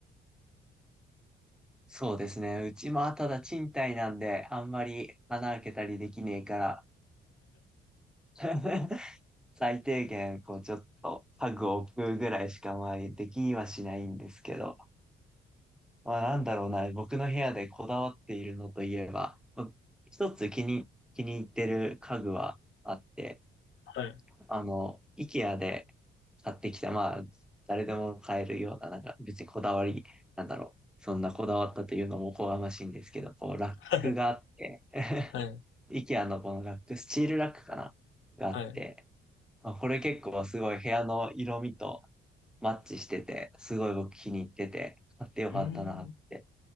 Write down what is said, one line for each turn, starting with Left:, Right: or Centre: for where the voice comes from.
Centre: そうですね。うちもただ賃貸なんで、あんまり穴開けたりできねえから。<laughs> 最低限、こう、ちょっと、家具を置くぐらいしか、まあ、できにはしないんですけど、まあ、なんだろうな、僕の部屋でこだわっているのといえば、僕一つ気に、気に入ってる家具はあって、
Left: はい。
Centre: あの、IKEA で買ってきた、まあ、誰でも買えるような、なんか、別にこだわり、なんだろう、そんなこだわったというのもおこがましいんですけど、こう、ラックがあって、
Left: <laughs> はい。
Centre: IKEA のこのラック、スチールラックかながあって、
Left: はい。う
Centre: まあ、これ結構すごい部屋の色味と、マッチしてて、すごい僕気に入ってて、買ってよかったなって
Left: ーん。